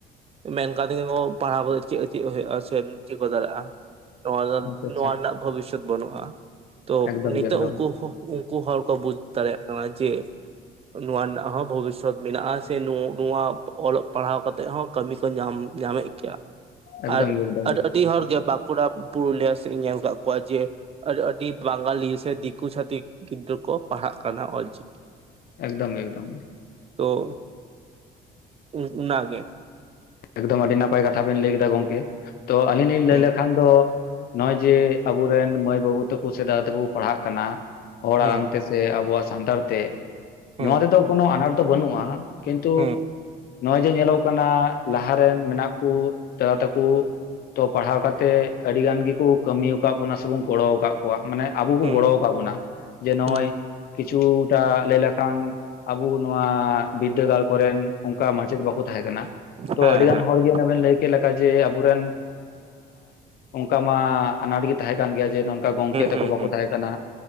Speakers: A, on the right; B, on the left.
A: ᱢᱮᱱ ᱠᱟᱫᱤᱧᱟ ᱠᱚ ᱯᱟᱲᱦᱟᱣ ᱠᱟᱛᱮᱫ ᱪᱮᱫ ᱪᱮᱫ ᱦᱩᱭᱩᱜᱼᱟ ᱥᱮᱢ ᱪᱮᱫ ᱠᱚ ᱫᱟᱲᱮᱭᱟᱜᱼᱟ᱾ ᱱᱚᱣᱟ ᱫᱚ
B: ᱟᱪᱪᱷᱟ ᱟᱪᱪᱷᱟ
A: ᱱᱚᱣᱟ ᱨᱮᱱᱟᱜ ᱵᱷᱚᱵᱤᱥᱥᱚᱛ ᱵᱟᱹᱱᱩᱜᱼᱟ ᱛᱚ
B: ᱮᱠᱫᱚᱢ
A: ᱱᱤᱛᱚᱜ
B: ᱜᱮ ᱮᱠᱫᱚᱢ
A: ᱩᱱᱠᱩ ᱩᱱᱠᱩ ᱩᱱᱠᱩ ᱦᱚᱲ ᱠᱚ ᱵᱩᱡ ᱫᱟᱲᱮᱭᱟᱜ ᱠᱟᱱᱟ ᱡᱮ ᱱᱚᱣᱟ ᱨᱮᱱᱟᱜ ᱦᱚᱸ ᱵᱷᱚᱵᱤᱥᱥᱚᱛ ᱢᱮᱱᱟᱜᱼᱟ ᱥᱮ <unintelligible> ᱱᱚᱣᱟ ᱚᱞᱚᱜ ᱯᱟᱲᱦᱟᱣ ᱠᱟᱛᱮᱫ ᱦᱚᱸ ᱠᱟᱹᱢᱤ ᱠᱚ ᱧᱟᱢ ᱧᱟᱢᱮᱫ ᱜᱮᱭᱟ᱾
B: ᱮᱠᱫᱚᱢ
A: ᱟᱨ
B: ᱜᱮ ᱮᱠᱫᱚᱢ ᱜᱮ
A: ᱟᱹᱰᱤ ᱦᱚᱲ ᱜᱮ ᱵᱟᱸᱠᱩᱲᱟ ᱯᱩᱨᱩᱞᱤᱭᱟᱹ ᱥᱮᱫ ᱤᱧ ᱧᱮᱞ ᱟᱠᱟᱫ ᱠᱚᱣᱟ ᱡᱮ ᱟᱹᱰᱤ ᱟᱹᱰᱤ ᱵᱟᱝᱜᱟᱞᱤ ᱥᱮ ᱫᱤᱠᱩ ᱪᱷᱟᱛᱤᱠ ᱜᱤᱫᱽᱨᱟᱹ ᱠᱚ ᱯᱟᱲᱦᱟᱜ ᱠᱟᱱᱟ ᱚᱞᱪᱤᱠᱤ᱾
B: ᱮᱠᱫᱚᱢ ᱮᱠᱫᱚᱢ ᱜᱮ
A: ᱛᱚ ᱩᱱ ᱩᱱᱟ ᱜᱮᱼ
B: ᱮᱠᱫᱚᱢ ᱟᱹᱰᱤ ᱱᱟᱯᱟᱭ ᱠᱟᱛᱷᱟ ᱵᱤᱱ ᱞᱟᱹᱭ ᱠᱮᱫᱟ ᱜᱚᱢᱠᱮ ᱛᱚ ᱟᱹᱞᱤᱧ ᱞᱤᱧ ᱞᱟᱹᱭ
A: ᱦᱮᱸ
B: ᱞᱮᱠᱷᱟᱱ ᱫᱚ ᱱᱚᱜᱼᱚᱭ ᱡᱮ ᱟᱵᱚ ᱨᱮᱱ ᱢᱟᱹᱭ ᱵᱟᱹᱵᱩ ᱛᱟᱠᱚ ᱥᱮ ᱫᱟᱫᱟ ᱛᱟᱠᱩ ᱠᱚ ᱯᱟᱲᱦᱟᱜ ᱠᱟᱱᱟ ᱦᱚᱲ
A: ᱦᱮᱸ
B: ᱟᱲᱟᱝ ᱛᱮ ᱥᱮ ᱟᱵᱚᱣᱟᱜ ᱥᱟᱱᱛᱟᱲ ᱛᱮ
A: ᱦᱮᱸ
B: ᱱᱚᱣᱟ ᱛᱮ ᱫᱚ ᱠᱳᱱᱳ ᱟᱱᱟᱴ ᱫᱚ ᱵᱟᱹᱱᱩᱜᱼᱟ ᱠᱤᱱᱛᱩ
A: ᱦᱮᱸ ᱦᱮᱸ
B: ᱱᱚᱜᱼᱚᱭ ᱡᱮ ᱧᱮᱞᱚᱜ ᱠᱟᱱᱟ ᱞᱟᱦᱟ ᱨᱮᱱ ᱢᱮᱱᱟᱜ ᱠᱚ ᱫᱟᱫᱟ ᱛᱟᱠᱚ ᱛᱚ ᱯᱟᱲᱦᱟᱣ ᱠᱟᱛᱮᱫ ᱟᱹᱰᱤ ᱜᱟᱱ ᱜᱮ ᱠᱚ ᱠᱟᱹᱢᱤ ᱟᱠᱟᱫ ᱵᱚᱱᱟ ᱥᱮᱵᱚᱱ ᱜᱚᱲᱚ ᱟᱠᱟᱫ ᱠᱚᱣᱟᱜ ᱢᱟᱱᱮ ᱟᱵᱚ ᱠᱚ
A: ᱦᱮᱸ
B: ᱜᱚᱲᱚ ᱟᱠᱟᱫ ᱵᱚᱱᱟ ᱡᱮ ᱱᱚᱜᱼᱚᱭ
A: ᱦᱮᱸ ᱦᱮᱸ
B: ᱠᱤᱪᱷᱩ ᱴᱟᱜ ᱞᱟᱹᱭ ᱞᱮᱠᱷᱟᱱ ᱟᱵᱚ ᱱᱚᱣᱟ ᱵᱤᱨᱫᱟᱹᱜᱟᱲ ᱠᱚᱨᱮᱱ ᱚᱱᱠᱟ ᱢᱟᱪᱮᱫ ᱵᱟᱠᱚ ᱛᱟᱦᱮᱸ ᱠᱟᱱᱟ, ᱛᱚ
A: ᱦᱮᱸ ᱦᱮᱸ
B: ᱟᱹᱰᱤ ᱜᱟᱱ ᱦᱚᱲ ᱜᱮ ᱚᱱᱟ ᱵᱮᱱ ᱞᱟᱹᱭ ᱪᱮᱫ ᱞᱮᱠᱟ ᱡᱮ ᱟᱵᱚᱨᱮᱱ ᱚᱱᱠᱟ ᱢᱟ ᱟᱱᱟᱴ ᱜᱮ ᱛᱟᱦᱮᱸ ᱠᱟᱱ ᱜᱮᱭᱟ ᱡᱮ, ᱱᱚᱝᱠᱟ ᱱᱝᱠᱟ ᱜᱚᱢᱠᱮ ᱛᱟᱠᱚ
A: ᱦᱮᱸ
B: ᱵᱟᱠᱚ ᱛᱟᱦᱮᱸ ᱠᱟᱱᱟ,